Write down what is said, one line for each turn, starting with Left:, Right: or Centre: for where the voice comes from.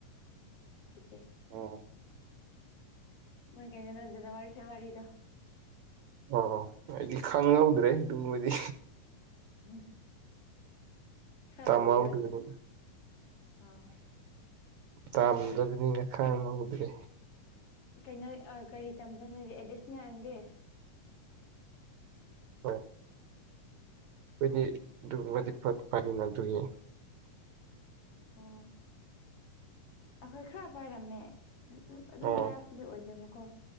Left: <unintelligible> ꯍꯩꯇꯦ
Right: ꯑꯣ
Left: ꯃꯣꯏ ꯀꯩꯅꯣꯗꯣ ꯖꯅꯋꯥꯔꯤ ꯐꯦꯕꯋꯥꯔꯤꯗꯣ
Right: ꯑꯣ ꯑꯩꯗꯤ ꯈꯪꯍꯧꯗ꯭ꯔꯦ ꯑꯗꯨꯒꯨꯝꯕꯗꯤ
Left: ꯎꯝ ꯈꯔ
Right: ꯇꯃ
Left: ꯂꯨꯏꯌꯦꯕ
Right: ꯎꯗꯒꯅꯤ
Left: ꯑꯗꯨꯅ
Right: <inaudible>
Left: ꯑ
Right: ꯇꯥꯝꯗꯕꯅꯤꯅ ꯈꯪꯍꯧꯗ꯭ꯔꯦ
Left: ꯀꯩꯅꯣ ꯑ ꯀꯔꯤ ꯇꯝꯕ꯭ꯔ ꯅꯣꯗꯤ ꯑꯦꯗꯤꯁꯅꯦꯜ ꯏꯪꯂꯤꯁ
Right: ꯍꯣꯢ ꯑꯩꯈꯣꯏꯗꯤ
Left: ꯑꯣ
Right: ꯑꯗꯨꯒꯨꯝꯕꯗꯤ ꯐ ꯐꯗꯅ ꯑꯗꯨꯒꯤ
Left: ꯑꯣ ꯑꯩꯈꯣꯏ ꯈꯔ ꯄꯥꯏꯔꯝꯃꯦ ꯑꯗꯨꯝ
Right: ꯑꯣ
Left: ꯄꯥꯏꯔꯛꯄꯗꯤ ꯑꯣꯏꯗꯦꯕꯀꯣ